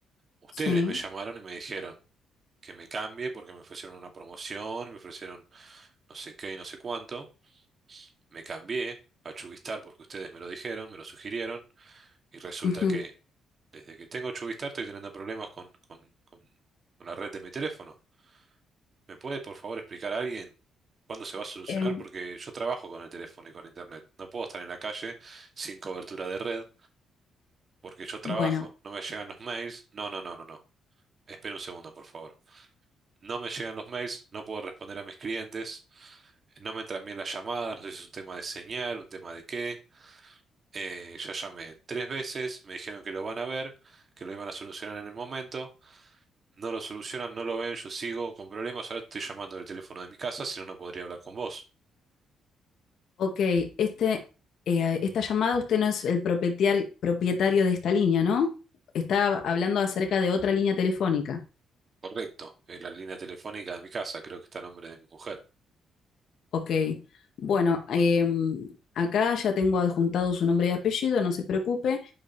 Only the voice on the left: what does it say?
Sí.
Ujú.
Em,
bueno,
ok. Este, eh, esta llamada, usted no es el propietario, propietario de esta línea, ¿no? Está hablando acerca de otra línea telefónica.
Ok. Bueno, em, acá ya tengo adjuntado su nombre y apellido, no se preocupe.